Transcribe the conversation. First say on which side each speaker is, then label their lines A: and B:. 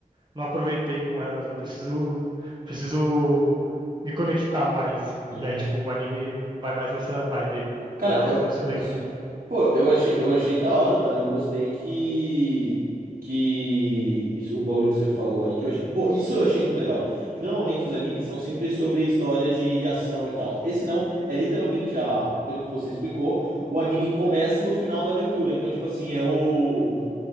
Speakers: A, on the right; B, on the right.
A: não aproveitei com elas. Eu preciso, preciso me conectar mais.
B: Uhum.
A: E aí, tipo, o anime vai mais nessa vibe aí,
B: Cara,
A: dela
B: eu,
A: tentando se conectar.
B: assim, pô, eu achei, eu achei da hora, mano. Eu gostei que que isso, o bagulho que você falou aí que eu achei, pô, isso eu achei muito legal. Porque normalmente os animes são sempre sobre histórias de, de ação e tal. Esse não, é literalmente a, pelo que você explicou, o anime começa no final da aventura. Então, tipo assim, é o,